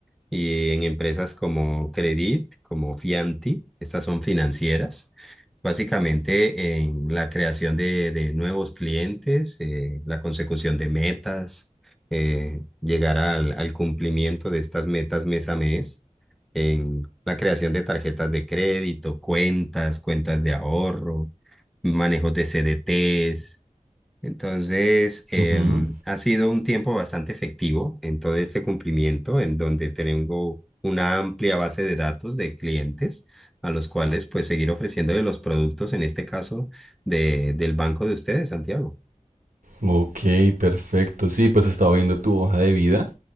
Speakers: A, in the centre; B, on the right.
A: y en empresas como Credit, como Fianti. Estas son financieras. Básicamente en la creación de, de nuevos clientes, eh, la consecución de metas eh, llegar al, al cumplimiento de estas metas mes a mes en la creación de tarjetas de crédito, cuentas, cuentas de ahorro, manejos de CDTs. Entonces, em,
B: Ujú.
A: ha sido un tiempo bastante efectivo en todo este cumplimiento, en donde tengo una amplia base de datos de clientes a los cuales pues seguir ofreciéndole los productos, en este caso, de, del banco de ustedes, Santiago.
B: Ok, perfecto. Sí, pues estaba viendo tu hoja de vida